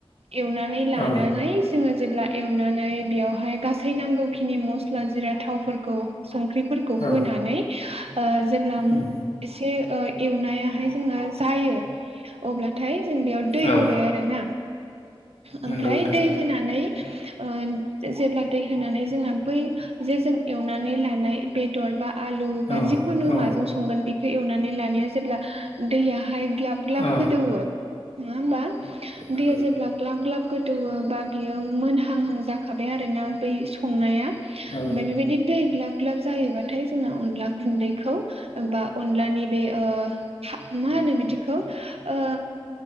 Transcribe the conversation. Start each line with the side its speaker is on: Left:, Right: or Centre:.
Right: एवनानै लानानै
Left: औ
Right: जोङो जेब्ला एवनानै बेयावहाय गासै नांगौखिनि मस्ला जिरा थावफोरखौ संख्रिफोरखौ
Left: औ
Right: होनानै ओ जेब्ला
Left: उम
Right: एसे ओ एवनायाहाय जोंना जायो अब्लाथाय जों बेयाव दै
Left: औ
Right: होबाय आरोना ओमफ्राय
Left: नंगौ नोंथां
Right: दै होनानै ओ जेब्ला दै होनानै जोंना बै जे जों एवनानै लानाय बेदार बा आलु बा
Left: औ
Right: जिखुनु
Left: औ
Right: माजों संगोन बेखौ एवनानै लानाया जेब्ला दैया हाय ग्लाब ग्लाब
Left: औ
Right: गोदौवो नङा ओमबा
Left: नंगौ
Right: दैया जे ग्लाब गोदौवो बा बियो मोनहांहां जाखाबाय आरोना बै संनाया ओमफाय
Left: औ
Right: बेबायदि दै ग्लाब ग्लाब जायोबाथाय जोंना अनला गुन्दैखौ बा अनलानि बे ओ मा होनो बिदिखौ ओ